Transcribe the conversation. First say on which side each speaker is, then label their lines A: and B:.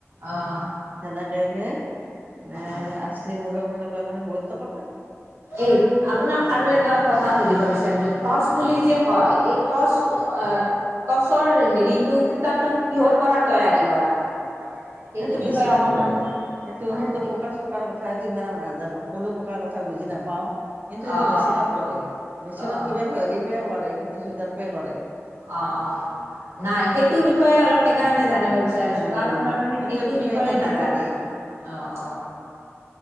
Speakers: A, on the right; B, on the right.
A: অঁ
B: সেনেকেকে নে
A: অঁ
B: আছলি <unintelligible> মুগা বুলি কয় মানে বহুত টকা পায়।
A: এই আপোনাক
B: আহ
A: আৰু এটা কথা সুধিব বিচাৰিছো, টচ বুলি যে কয় এই টচ টচৰ হেৰিটো সুতাটো কিহৰ পৰা তৈয়াৰী কৰা হয়।
B: সেইটো
A: বিষয়ে
B: মেচিনত
A: অকণমান
B: কৰে সেইটো
A: অঁ
B: সেইটো
A: সেই
B: পকা চোকাৰ কথা সেইটো ইমান নাজানো পলু পক্ষত কিবা কথা বুজি নাপাওঁ। কিন্তু সেইটো
A: অঁ
B: মেচিনত
A: অঁ
B: কৰে মেচিনত
A: অ',
B: কিবা হেৰী পাই কৰে চুইটাৰ পে কৰে
A: অ অ নাই সেইটোৰ বিষয়ে অলপ সেইকাৰণে জানিল আৰু বিচাৰিছো
B: আহ
A: কাৰণ তাৰমানে
B: সেইটোৰ
A: সেইটো
B: বিষয়ে
A: বিষয়য়ে
B: ইমান
A: নাজানো
B: নাজানিম
A: অ! অ!